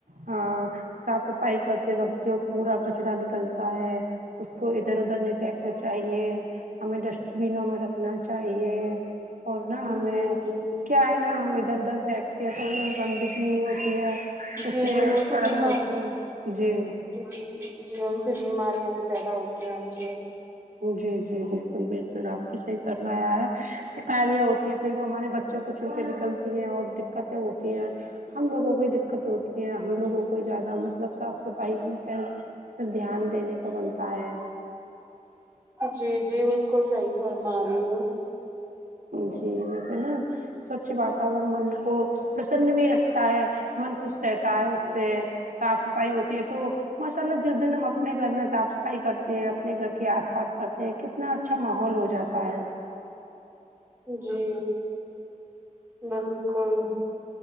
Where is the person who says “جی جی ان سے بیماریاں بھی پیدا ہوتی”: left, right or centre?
Right